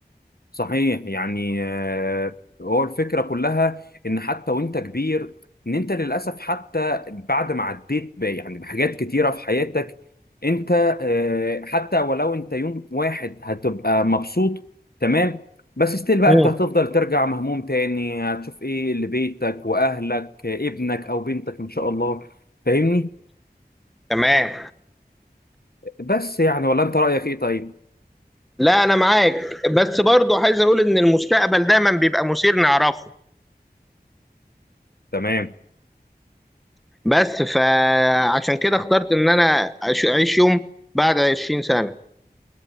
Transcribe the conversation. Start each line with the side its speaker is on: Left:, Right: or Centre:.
Left: صحيح يعني آه، هو الفكرة كلها إن حتى وأنت كبير إن أنت للأسف حتى بعد ما عديت ب- يعني بحاجات كتيرة في حياتك أنت آه، حتى ولو أنت يوم واحد هتبقى مبسوط تمام بس ستيل بقى
Centre: مم.
Left: أنت هتفضل ترجع مهموم تاني هتشوف إيه لبيتك وأهلك آه، ابنك أو بنتك إن شاء الله فاهمني
Centre: تمام
Left: بس يعني ولا أنت رأيك إيه طيب؟
Centre: لا انا معاك بس برضو عايز اقول ان المستقبل دايما بيبقى مثير نعرفه
Left: تمام
Centre: بس فعشان كده اخترت ان انا أش- اعيش يوم بعد 20 سنة